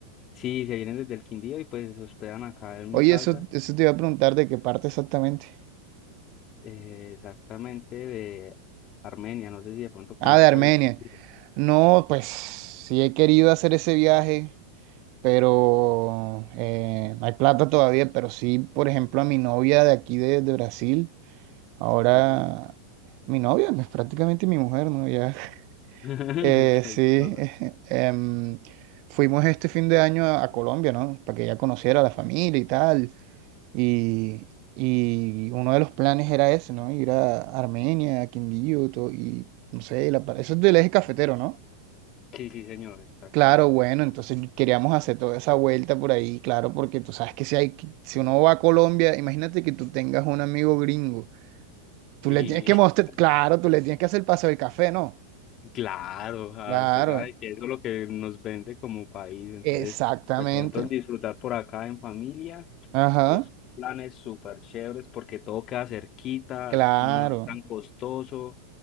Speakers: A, on the left; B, on the right.
A: sí, se vienen desde el Quindío y pues se hospedan acá en
B: Oye,
A: mi casa,
B: eso, eso te iba a preguntar de qué parte exactamente.
A: eh, exactamente de Armenia. No sé si de pronto conozcas
B: Ah, de Armenia.
A: el Quindío.
B: No, pues sí he querido hacer ese viaje, pero eh, no hay plata todavía. Pero sí, por ejemplo, a mi novia de aquí de, de Brasil, ahora
A: Sí.
B: mi novia es prácticamente mi mujer, ¿no? Ya
A: <laughs> Entonces,
B: Eh, sí,
A: hola.
B: <laughs> em, fuimos este fin de año a, a Colombia, ¿no? Para que ella conociera a la familia y tal. Y, y uno de los planes era ese, ¿no? Ir a Armenia, a Quindío, to- y no sé, la, par- eso es del eje cafetero, ¿no?
A: sí, sí, señor, exactamente.
B: Claro, bueno, entonces queríamos hacer toda esa vuelta por ahí, claro, porque tú sabes que si hay, que- si uno va a Colombia, imagínate que tú tengas un amigo gringo, tú
A: Y
B: le tienes que mostrar, claro, tú le tienes que hacer el paseo del café, ¿no?
A: <laughs> claro, ah,
B: Claro,
A: usted sabe que eso es lo que nos vende como país. Entonces,
B: exactamente.
A: de pronto el disfrutar por acá en familia.
B: Ajá.
A: Es planes súper chéveres porque todo queda cerquita,
B: Claro,
A: no es tan costoso